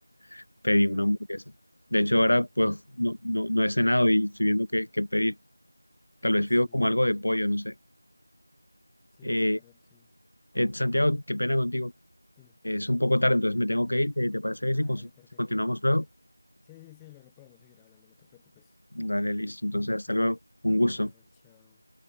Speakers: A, on the left; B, in the centre.
A: <laughs> pedí
B: <laughs>
A: una hamburguesa. De hecho, ahora pues no, no, no he cenado y estoy viendo qué, qué pedir.
B: <laughs>
A: Tal vez
B: Sí,
A: pido como algo de pollo, no sé.
B: sí,
A: Eh,
B: la verdad, sí.
A: eh, Santiago, qué pena contigo.
B: Dime.
A: Es un poco tarde, entonces me tengo que ir. Eh, ¿te parece bien
B: Ah,
A: si con-
B: dale,
A: si
B: perfecto.
A: continuamos luego?
B: Sí, sí, sí, luego podemos seguir hablando, no te preocupes.
A: Dale, listo. Entonces, hasta
B: Hasta
A: luego.
B: las-
A: Un gusto.
B: hasta luego, chao.